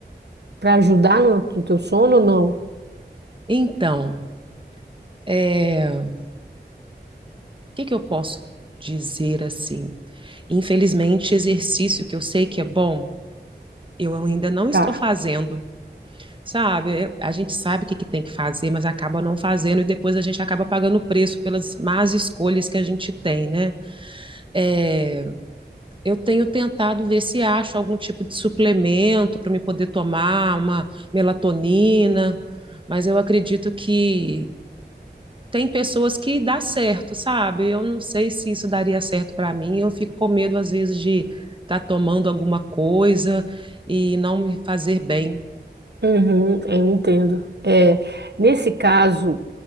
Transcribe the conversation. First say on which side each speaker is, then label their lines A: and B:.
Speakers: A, on the right; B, on the right.
A: para ajudar no, no teu sono ou não?
B: Então, é, o que que eu posso dizer assim? Infelizmente, exercício que eu sei que é bom, eu ainda não estou
A: Tá.
B: fazendo. sabe? A gente sabe o que que tem que fazer, mas acaba não fazendo e depois a gente acaba pagando o preço pelas más escolhas que a gente tem, né? É, eu tenho tentado ver se acho algum tipo de suplemento para me poder tomar uma melatonina, mas eu acredito que tem pessoas que dá certo, sabe? Eu não sei se isso daria certo para mim, eu fico com medo às vezes de estar tá tomando alguma coisa e não me fazer bem.
A: Uhum, eu entendo. É, nesse caso,